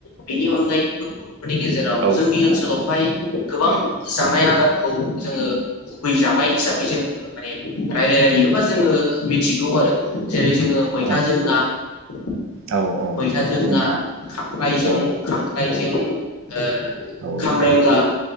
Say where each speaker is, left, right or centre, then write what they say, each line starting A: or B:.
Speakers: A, on the left; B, on the right.
A: बेनि अनगायैबो बर फोरनि गेजेराव
B: औ
A: जोंनि ओनसोलावहाय गोबां जानाय आदारखौ जोङो गुबै जानाय हिसाबै जों माने रायलायलायो बा जोङो मिथि गौ आरो जेरै जोङो मैथाजों
B: औ
A: <unintelligible> मैथाजों
B: औ औ मैथाजों
A: ना खांख्राइजों
B: औ
A: खांख्राइ जों ओ
B: औ
A: खामरेंगा